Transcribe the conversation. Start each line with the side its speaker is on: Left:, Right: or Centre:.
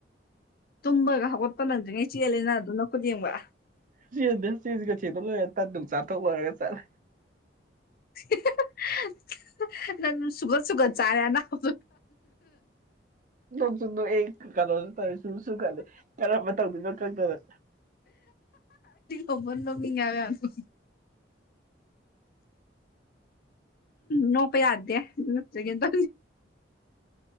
Left: ꯇꯨꯝꯕꯒ ꯍꯧꯒꯠꯄ ꯅꯪꯗ꯭ꯔꯤꯉꯩ ꯆꯦꯜꯂꯦꯅ ꯑꯗꯨꯅ ꯈꯨꯗꯤꯦꯝꯒ
Right: ꯁꯤ ꯆꯖ ꯀꯁꯤꯇꯂꯗꯨ ꯆꯇ ꯑꯣꯏꯔꯒ ꯆꯂꯦ
Left: <unintelligible> <inaudible> ꯅꯪ ꯁꯨꯒ ꯁꯨꯒ ꯆꯥꯔꯦꯅ ꯍꯥ
Right: ꯂꯣꯛ ꯌꯨꯗ ꯑꯩ ꯀꯩꯅꯣꯁꯨ ꯇꯧ ꯁꯨ ꯁꯨ ꯀꯜꯂꯤ ꯀꯔꯝꯕ ꯇꯧꯕꯤꯅꯣ ꯈꯗꯅ
Left: ꯑꯣꯄꯟꯗ ꯃꯤꯒꯕ ꯑꯗꯨ ꯅꯣꯡꯄꯖꯗꯦ ꯂꯆ ꯀꯗ